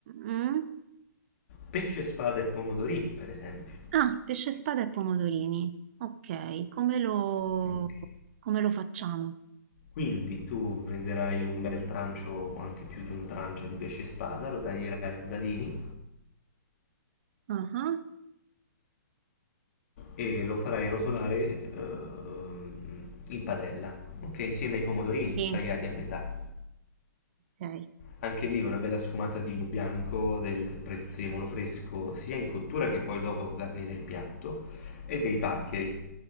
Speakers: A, on the right; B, on the left.
A: mm?
B: pesce, spada e pomodorini, per esempio.
A: Ah, pesce spada e pomodorini. Ok, come lo,
B: Ok.
A: come lo facciamo?
B: Quindi tu prenderai un bel trancio, o anche più di un trancio di pesce spada, lo taglierai a dadini
A: Ah, ah,
B: e lo farai rosolare ehm, in padella, ok? Insieme ai pomodorini
A: Sì,
B: tagliati a metà.
A: ok.
B: Anche lì una bella sfumata di vino bianco, del prezzemolo fresco, sia in cottura che poi dopo garnire il piatto, e dei paccheri